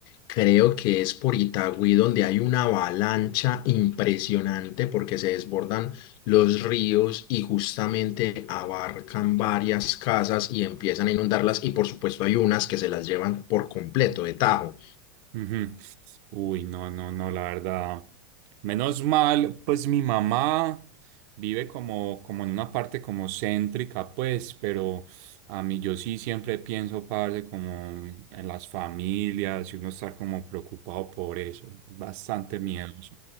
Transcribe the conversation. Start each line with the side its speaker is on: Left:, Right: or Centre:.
Left: Creo que es por Itagüí, donde hay una avalancha impresionante porque se desbordan los ríos y justamente abarcan varias casas y empiezan a inundarlas. Y por supuesto, hay unas que se las llevan por completo de tajo.
Right: Ujú. Uy, no, no, no, la verdad. Menos mal, pues mi mamá vive como, como en una parte como céntrica, pues, pero a mí yo sí siempre pienso, parce, como en en las familias y uno estar como preocupado por eso. Bastante miedoso.